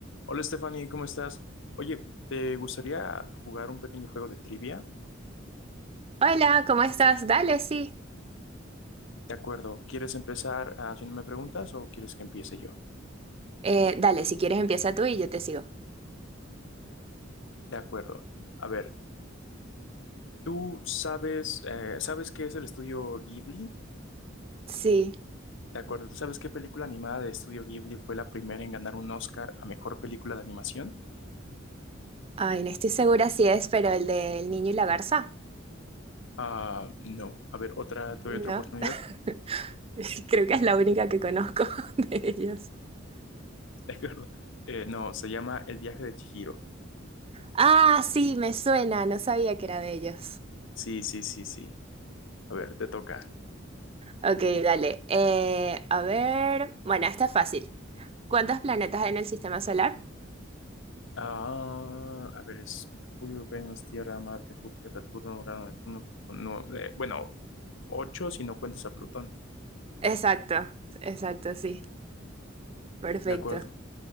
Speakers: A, on the left (about 70°); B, on the right (about 30°).
A: Hola Stephanie, ¿cómo estás? Oye, ¿te gustaría jugar un pequeño juego de trivia?
B: Hola, ¿cómo estás? Dale, sí.
A: De acuerdo, ¿quieres empezar haciéndome preguntas o quieres que empiece yo?
B: Eh, dale, si quieres empieza tú y yo te sigo.
A: De acuerdo. A ver, ¿tú sabes, eh, sabes qué es el estudio Ghibli?
B: Sí.
A: De acuerdo, ¿tú sabes qué película animada de estudio Ghibli fue la primera en ganar un Oscar a mejor película de animación?
B: Ay, no estoy segura si es, pero el del niño y la garza.
A: Ah, no. A ver, otra, te
B: No.
A: doy otra oportunidad.
B: <laughs>
A: <laughs>
B: Creo que es la única que conozco <laughs> de ellos.
A: De acuerdo. Eh, no, se llama El viaje de Chihiro.
B: Ah, sí, me suena, no sabía que era de ellos.
A: Sí, sí, sí, sí. A ver, te toca.
B: Ok, dale. Eh, a ver. Bueno, esta es fácil. ¿Cuántos planetas hay en el sistema solar?
A: Ah, a ver, es Mercurio, Venus, Tierra, Marte, Júpiter, Saturno, Urano, Neptuno, Plutón. No, eh, bueno, ocho si no cuentas a Plutón.
B: Exacto, exacto, sí. Perfecto.
A: De acuerdo.